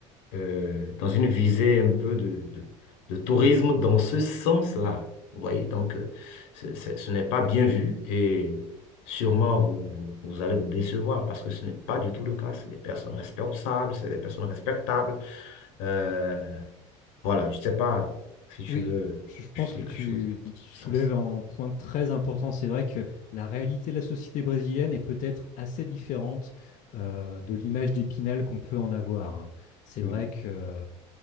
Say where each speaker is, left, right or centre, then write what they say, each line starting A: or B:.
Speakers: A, on the left; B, on the left.
A: euh, dans une visée un peu de, de, de tourisme dans ce sens-là. Vous voyez, donc, euh, c'est- c'est- ce n'est pas bien vu et sûrement vous, vous, vous allez vous décevoir parce que ce n'est pas du tout le cas. C'est des personnes responsables, c'est des personnes respectables. Euh, voilà, je sais pas si tu
B: Oui,
A: veux
B: je je pense
A: ajouter
B: que
A: quelque
B: tu,
A: chose dans ce
B: tu soulèves
A: sens.
B: un point très important. C'est vrai que la réalité de la société brésilienne est peut-être assez différente euh, de l'image d'Épinal qu'on peut en avoir. hein. C'est
A: Oui,
B: vrai que euh,